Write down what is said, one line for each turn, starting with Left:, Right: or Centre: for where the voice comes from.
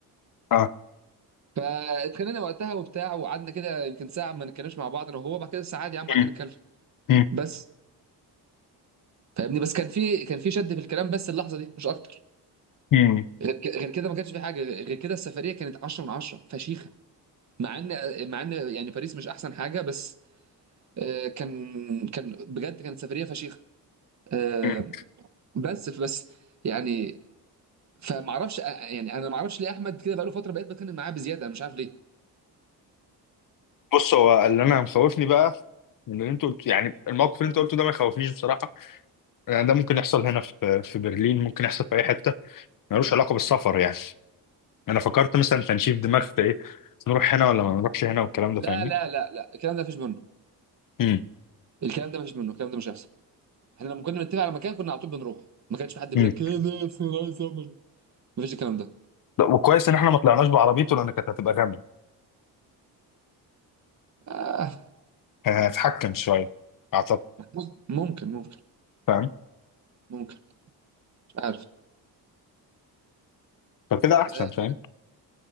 Left: اه
Right: فاتخانقنا وقتها وبتاع وقعدنا كده يمكن ساعه ما نتكلمش مع بعض انا وهو بعد كده ساعه عادي يا عم
Left: مم،
Right: قعدنا نتكلم
Left: مم،
Right: بس فاهمني بس كان في كان في شد في الكلام بس اللحظه دي مش اكتر
Left: مم،
Right: غير ك- غير كده ما كانش في حاجه غير كده السفريه كانت 10 من 10 فشيخه مع ان مع ان يعني باريس مش احسن حاجه بس آه، كان كان بجد كانت سفريه فشيخه آه،
Left: مم.
Right: بس بس يعني فما اعرفش يعني انا ما اعرفش ليه احمد كده بقاله فتره بقيت بتكلم معاه بزياده انا مش عارف ليه
Left: بص هو اللي انا مخوفني بقى من اللي انت قلت يعني الموقف اللي انت قلته ده ما يخوفنيش بصراحه يعني ده ممكن يحصل هنا في في برلين ممكن يحصل في اي حته ملوش علاقه بالسفر يعني انا فكرت مثلا تنشيف دماغ في ايه نروح هنا ولا ما نروحش هنا والكلام ده
Right: لا
Left: فاهمني
Right: لا لا لا الكلام ده مفيش منه
Left: امم
Right: الكلام ده مفيش منه الكلام ده مش هيحصل احنا لما كنا بنتفق على مكان كنا على طول بنروح ما كانش في حد بيقول
Left: امم
Right: لك كده بس انا عايز اعمل مفيش الكلام ده
Left: لا وكويس ان احنا ما طلعناش بعربيته لان كانت هتبقى غامي
Right: آه
Left: كان هيتحكم شويه اعتقد
Right: ممكن ممكن ممكن
Left: فاهم
Right: ممكن مش عارف
Left: فكده احسن
Right: آه،
Left: فاهم